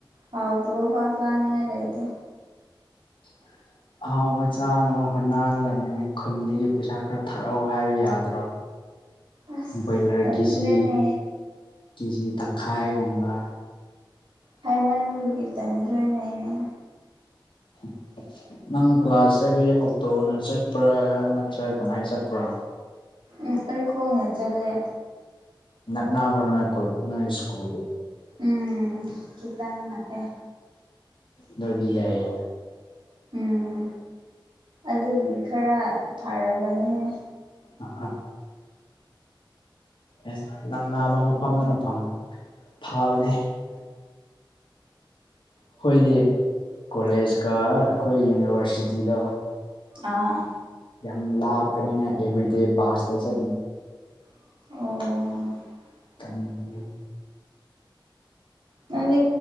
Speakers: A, on the right (about 70°); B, on the left (about 75°).
A: ꯍꯥꯎ ꯇꯨ ꯐꯥꯁ ꯆꯅꯤ ꯍꯥꯏꯗ ꯏꯗꯤꯦ
B: <inaudible> ꯑꯍꯥꯎꯕ ꯆꯥꯅꯕ ꯍꯨꯠ ꯅꯥꯒꯂꯕꯅꯤꯅ ꯈꯨꯟꯗꯒꯤ ꯄꯩꯁꯥ ꯈꯔ ꯊꯥꯔꯛꯑꯣ ꯍꯥꯏꯕ ꯌꯥꯗ꯭ꯔꯣ
A: ꯑꯁ
B: ꯭ꯔꯣꯌꯂꯔ
A: ꯇꯟꯈ꯭ꯔꯦꯅꯦ
B: ꯀꯦꯖꯤ ꯀꯦꯖꯤ ꯇꯪꯈꯥꯏꯒꯨꯝꯕ
A: ꯍꯥꯏꯩꯃꯟꯗꯨꯨꯒꯤ ꯇꯗ꯭ꯔꯅꯦꯅꯦ
B: <inaudible> ꯅꯪ ꯀ꯭ꯂꯥꯁ ꯆꯠꯕꯤ ꯑꯣꯛꯇꯣꯅ ꯆꯠꯄ꯭ꯔꯥ ꯅꯠꯇ꯭ꯔꯒ ꯀꯃꯥꯏꯅ ꯆꯠꯄ꯭ꯔꯥ
A: ꯎꯝ ꯑꯩ ꯈꯣꯡꯅ ꯆꯠꯂꯦ
B: ꯅꯅꯥꯕ꯭ꯔꯣ ꯅꯣꯏ ꯀꯣ ꯅꯣꯏ ꯏꯁꯀꯨꯜ
A: ꯎꯝ ꯈꯤꯇꯪꯅ ꯑꯦ
B: ꯗꯗꯤ ꯌꯥꯏ
A: ꯎꯝ ꯑꯗꯨꯒꯤ ꯈꯔ ꯐꯔꯕꯅꯤꯅꯦ
B: ꯑ ꯑꯦ ꯅꯪꯅꯥ ꯃ ꯃꯐꯝꯗꯅꯐꯝ ꯊꯥꯕꯅꯦ ꯑꯩꯈꯣꯏꯗꯤ ꯀꯣꯂꯦꯖꯀ ꯑꯩꯈꯣꯏ ꯌꯨꯅꯤꯚꯔꯁꯤꯇꯤꯗ
A: ꯑꯥ
B: ꯌꯥꯝ ꯑꯄꯅꯦꯅꯗꯤ ꯕꯥꯁ ꯆ
A: ꯑꯣ
B: ꯑꯟꯑꯣꯗꯤꯕꯜ
A: ꯅꯪꯗꯤ